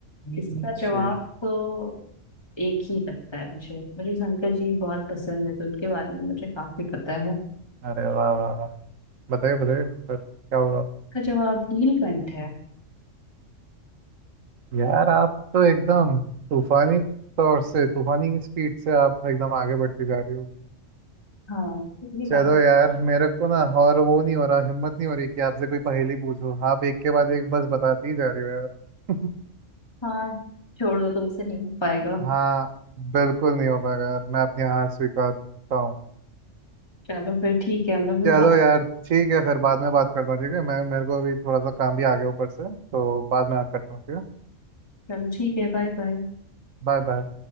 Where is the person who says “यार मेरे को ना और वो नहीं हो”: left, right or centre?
Right